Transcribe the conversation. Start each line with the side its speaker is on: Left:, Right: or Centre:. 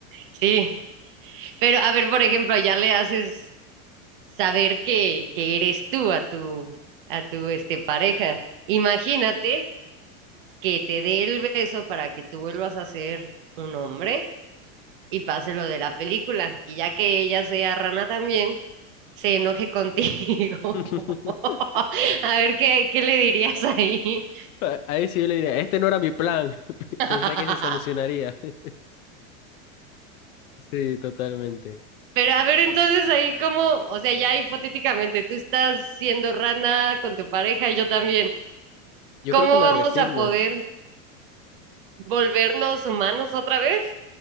Right: Sí. Pero a ver, por ejemplo, ya le haces saber que, que eres tú a tu, a tu este, pareja. Imagínate que te dé el beso para que tú vuelvas a ser un hombre y pase lo de la película. Y ya que ella sea rana también, se enoje contigo.
Left: <laughs>
Right: <laughs> A ver qué, qué le dirías ahí.
Left: Ah, Ahí sí yo le diría, este no era mi plan, <laughs>
Right: <laughs>
Left: pensé que se solucionaría. <laughs> Sí, totalmente.
Right: Pero a ver, entonces ahí como, o sea, ya hipotéticamente, tú estás siendo rana con tu pareja y yo también.
Left: Yo
Right: ¿Cómo
Left: creo que me
Right: vamos
Left: resigno.
Right: a poder volvernos humanos otra vez?